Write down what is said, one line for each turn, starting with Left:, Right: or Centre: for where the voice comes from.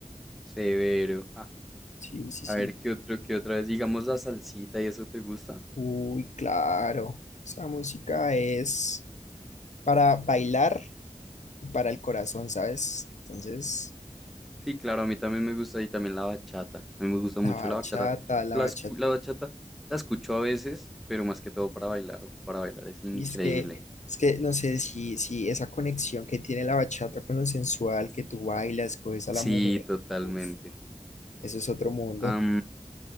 Centre: Severo. <laughs>
Left: Sí, sí,
Centre: A
Left: sí.
Centre: ver, ¿qué otro, qué otra vez? Digamos la salsita y eso te gusta.
Left: Uy, claro. Esa música es para bailar y para el corazón, ¿sabes? Entonces,
Centre: Sí, claro, a mí también me gusta y también la bachata. A mí me gusta mucho
Left: la bachata,
Centre: la bachata.
Left: la
Centre: La,
Left: bachata
Centre: escu- la bachata la escucho a veces, pero más que todo para bailar. uf, para bailar es increíble.
Left: Y es que, es que no sé si, si esa conexión que tiene la bachata con lo sensual, que tú bailas, coges a
Centre: Sí,
Left: la mujer,
Centre: totalmente.
Left: uf, eso es otro mundo.
Centre: Am,